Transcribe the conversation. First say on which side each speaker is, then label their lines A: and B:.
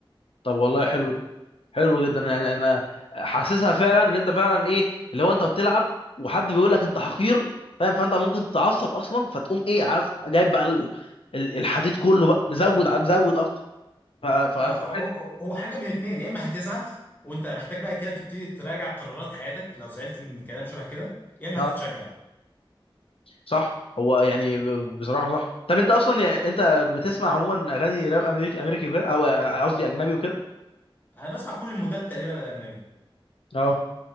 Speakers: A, on the left; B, on the left.
A: طب والله حلو ده حلو جدا يعني انا حاسسها فعلا ان انت فعلا ايه اللي هو انت بتلعب وحد بيقول لك انت حقير فاهم فانت ممكن تتعصب اصلا فتقوم ايه عارف جايب بقى ال- ال- الحديد كله بقى مزود مزود اكتر ف- ف-
B: ما
A: فحلو
B: هو هو- هو حاجه من اتنين يا اما هتزعل وانت محتاج بقى كده تبتدي تراجع قرارات حياتك لو زعلت من كلام شبه كده يا اما
A: اه
B: هتتشجع
A: صح هو يعني ب- بصراحه صح طب انت اصلا يعني انت بتسمع عموما اغاني راب امريكي امريكي وكده او قصدي اجنبي وكده
B: انا بسمع كل المودات تقريبا الاجنبي
A: اه